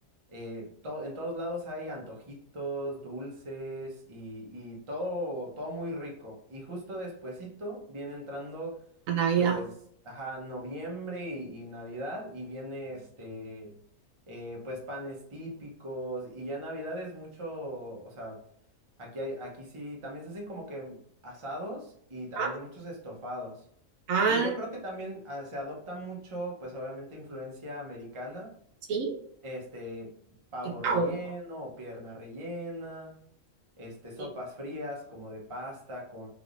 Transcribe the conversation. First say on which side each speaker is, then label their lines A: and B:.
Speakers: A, on the right (about 25°); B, on the right (about 80°).
A: eh, to- en todos lados hay antojitos, dulces y, y todo, todo muy rico. Y justo despuesito viene entrando
B: la Navidad.
A: pues, ajá, noviembre y, y Navidad, y viene este, eh, pues panes típicos, y ya Navidad es mucho, o sea, aquí, hay- aquí sí, también se hacen como que asados y también
B: Ah,
A: muchos estofados.
B: ah,
A: Y yo creo que también ah, se adopta mucho, pues obviamente influencia americana,
B: sí,
A: este, pavo
B: el
A: relleno
B: pavo.
A: o pierna rellena, este, sopas
B: Sí.
A: frías como de pasta